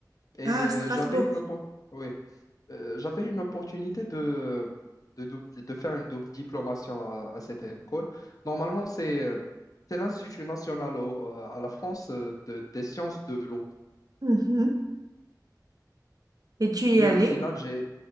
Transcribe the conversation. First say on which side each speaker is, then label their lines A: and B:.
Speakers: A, on the left; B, on the right.
A: Et
B: Ah,
A: euh,
B: Strasbourg.
A: j'avais une, oppo- oui. Euh, j'avais une opportunité de, de, double- de faire une double diplomation à, à cette école. Normalement, c'est euh, c'est l'Institut national au- euh, à la France euh, de- des sciences de l'eau.
B: Mhm. Et tu y
A: Mais
B: es allé?
A: au final, j'ai